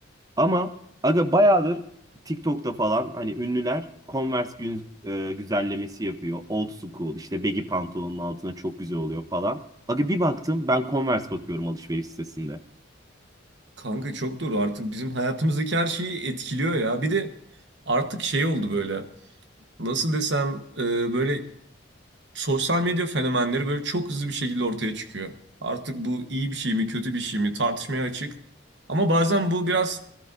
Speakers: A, on the right; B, on the right.
A: Ama aga bayağıdır TikTok'ta falan hani ünlüler Converse gün, e, güzellemesi yapıyor. Old school işte baggy pantolonun altına çok güzel oluyor falan. Aga bir baktım ben Converse bakıyorum alışveriş sitesinde.
B: Kanka çok doğru artık bizim hayatımızdaki her şeyi etkiliyor ya. Bir de artık şey oldu böyle. Nasıl desem e, böyle sosyal medya fenomenleri böyle çok hızlı bir şekilde ortaya çıkıyor. Artık bu iyi bir şey mi kötü bir şey mi tartışmaya açık. Ama bazen bu biraz